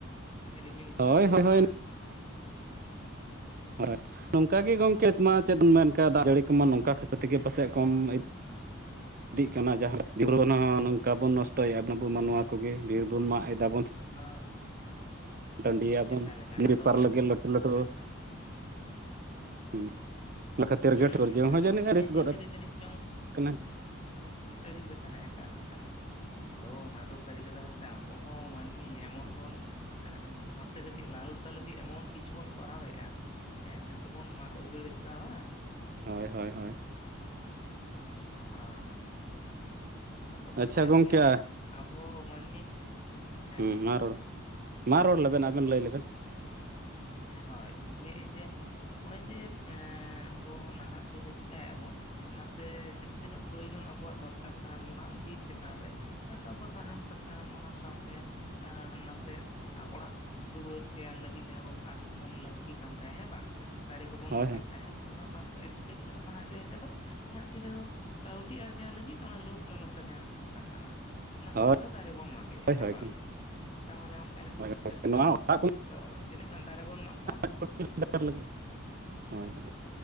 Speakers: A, on the left; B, on the right.
A: ᱨᱤᱢᱤᱞ
B: ᱦᱳᱭ
A: ᱪᱟᱸᱫᱳ
B: ᱦᱳᱭ ᱦᱳᱭ
A: ᱵᱟᱝ ᱾
B: ᱦᱳᱭ ᱱᱚᱝᱠᱟ ᱜᱮ ᱜᱚᱢᱠᱮ ᱢᱟ ᱪᱮᱫ ᱮᱢ ᱢᱮᱱᱠ ᱫᱟᱜ ᱡᱟᱹᱲᱤ ᱠᱚᱢᱟ ᱱᱚᱝᱠᱟ ᱠᱷᱟᱹᱛᱤᱨ ᱛᱮᱜᱮ ᱯᱟᱥᱮᱡ ᱠᱚᱢ ᱤᱫ <inaudible> ᱤᱫᱤᱜ ᱠᱟᱱᱟ ᱡᱟᱦᱟᱸ ᱱᱚᱝᱠᱟ ᱵᱚᱱ ᱱᱚᱥᱴᱚᱭᱮᱫᱟ ᱟᱵ ᱢᱟ ᱱᱚᱣᱟ ᱠᱚᱜᱮ ᱵᱤᱨ ᱵᱚᱱ ᱢᱟᱜ ᱮᱫᱟ ᱵᱚᱱ
A: ᱦᱚᱸ
B: ᱴᱺᱰᱤᱭᱟᱵᱚᱱ
A: ᱮᱠᱟᱞ ᱮᱠᱟᱞ
B: ᱵᱮᱯᱟᱨ
A: ᱟᱫᱚ
B: ᱞᱮᱜᱮ ᱞᱟᱴᱩ ᱞᱟᱴᱩ
A: ᱮᱠᱟᱞ ᱮᱠᱟᱞ
B: <unintelligible> ᱚᱱᱟ ᱠᱷᱟᱹᱛᱤᱨ
A: ᱦᱩᱸ
B: ᱜᱮ <unintelligible> ᱦᱚᱸ
A: ᱟᱫᱚ
B: ᱡᱟᱹᱱᱤᱡ
A: ᱤᱱᱟᱹ
B: <unintelligible>
A: ᱤᱭᱟᱹ ᱛᱮᱜᱮ ᱡᱟᱹᱱᱤᱡ ᱪᱚᱝ
B: ᱠᱟᱱᱟᱭ
A: ᱟᱹᱲᱤᱥ ᱟᱠᱟᱱᱟᱭ ᱮᱠᱟᱞ ᱮᱠᱟᱞ ᱟᱫᱚ ᱚᱱᱟ ᱫᱚ ᱥᱟᱹᱨᱤ ᱠᱟᱛᱷᱟ ᱵᱚᱞᱛᱮ ᱟᱵᱚ ᱦᱚᱸ ᱢᱟᱹᱱᱢᱤ ᱮᱢᱚᱱ ᱵᱚᱱ ᱱᱟᱥᱮ ᱠᱟᱹᱴᱤᱡ ᱞᱟᱞᱚᱥᱟ ᱞᱟᱹᱜᱤᱫ ᱮᱢᱚᱱ ᱠᱤᱪᱷᱩ ᱵᱚᱱ ᱠᱚᱨᱟᱣ ᱮᱫᱼᱟ ᱦᱮᱸ ᱡᱷᱚᱛᱚ ᱵᱚᱱ ᱢᱟᱜ ᱩᱡᱟᱹᱲ ᱮᱫᱟ ᱵᱟᱝ
B: ᱦᱳᱭ ᱦᱳᱭ ᱦᱳᱭ
A: ᱦᱚᱭ ᱟᱫᱚ ᱠᱟᱛᱷᱟ
B: ᱟᱪᱪᱷᱟ
A: ᱦᱩᱭᱩᱜ
B: ᱜᱚᱢᱠᱮ
A: ᱠᱟᱱᱟ ᱟᱵᱚ ᱢᱟᱹᱱᱢᱤ ᱦᱮᱸ
B: ᱦᱩᱸ
A: ᱞᱟᱹᱭ ᱢᱮ
B: ᱢᱟ ᱨᱚᱲ ᱢᱟ ᱨᱚᱲ ᱞᱮᱵᱮᱱ ᱟᱵᱮᱱ ᱞᱟᱹᱭ ᱞᱮᱵᱮᱱ
A: ᱦᱳᱭ ᱤᱧ ᱞᱟᱹᱭ ᱟᱹᱧ ᱡᱮ ᱱᱚᱜᱼᱚᱭ ᱡᱮ ᱮᱸ ᱚ ᱱᱟᱦᱟᱜ ᱫᱤᱱ ᱨᱮ ᱪᱤᱠᱟᱭᱮᱟᱵᱚᱱ ᱱᱟᱥᱮ ᱡᱟᱦᱟᱸ ᱛᱤᱱᱟᱹᱜ ᱯᱨᱳᱭᱳᱡᱚᱱ ᱟᱵᱚᱣᱟᱜ ᱫᱚᱨᱠᱟᱨ ᱛᱟᱦᱮᱸ ᱞᱮᱱᱟ ᱵᱤᱨ ᱪᱮᱛᱟᱱ ᱨᱮ ᱦᱳᱭᱛᱳ ᱟᱵᱚ ᱥᱟᱦᱟᱱ ᱥᱟᱠᱟᱢ ᱚᱱᱟ ᱥᱟᱶᱛᱮ ᱟᱸ ᱱᱟᱥᱮ ᱚᱲᱟᱜ ᱫᱩᱣᱟᱹᱨ ᱛᱮᱭᱟᱨ ᱞᱟᱹᱜᱤᱫ ᱡᱟᱦᱟᱸ ᱠᱚ ᱠᱟᱴ ᱠᱚᱵᱚᱱ ᱞᱟᱹᱠᱛᱤ ᱠᱟᱱ ᱛᱟᱦᱮᱸᱜ ᱦᱮᱸ ᱵᱟᱝ ᱫᱟᱨᱮ ᱠᱚᱵᱚᱱ
B: ᱦᱳᱭ
A: ᱢᱟᱜᱮᱫ ᱛᱟᱦᱮᱸᱫ ᱚᱱᱟ ᱵᱟᱫ ᱠᱟᱫᱮ ᱪᱤᱠᱟᱹᱜ ᱠᱟᱱᱟ ᱱᱟᱦᱟᱜ ᱫᱤᱱ ᱨᱮᱫᱚ ᱱᱟᱦᱟᱜ ᱫᱤᱱ ᱨᱮᱫᱚ ᱠᱟᱹᱣᱰᱤ ᱟᱨᱡᱟᱣ ᱞᱟᱹᱜᱤᱫ ᱚᱱᱟ ᱞᱩᱯ ᱞᱟᱞᱚ ᱥᱮ ᱡᱟᱦᱟᱸᱱᱟᱜ ᱠᱚ ᱢᱮᱛᱟᱜ ᱠᱟᱱᱟ ᱚᱱᱟ
B: ᱦᱳᱭ
A: ᱠᱷᱟᱹᱛᱤᱨ ᱦᱚᱸ ᱫᱟᱨᱮ ᱵᱚᱱ ᱢᱟᱜ ᱠᱮᱟ
B: ᱦᱳᱭ
A: ᱦᱮᱸ ᱵᱟᱝ ᱛᱟᱦᱚᱞᱮ ᱚᱱᱠᱟ ᱞᱮᱠᱷᱟᱱ
B: ᱦᱳᱭ
A: ᱫᱚ ᱪᱤᱠᱟᱹᱛᱮ
B: ᱱᱚᱣᱟ
A: ᱜᱟᱱᱚᱜᱼᱟ
B: ᱚᱲᱟᱜ
A: ᱛᱚ ᱛᱤᱱᱟᱹᱜ ᱜᱟᱱ ᱫᱟᱨᱮ ᱵᱚᱱ ᱢᱟᱜ ᱮᱫᱟ
B: <unintelligible> ᱦᱟᱡᱟᱨ ᱞᱟᱜᱤᱫ ᱦᱳᱭ ᱦᱳᱭ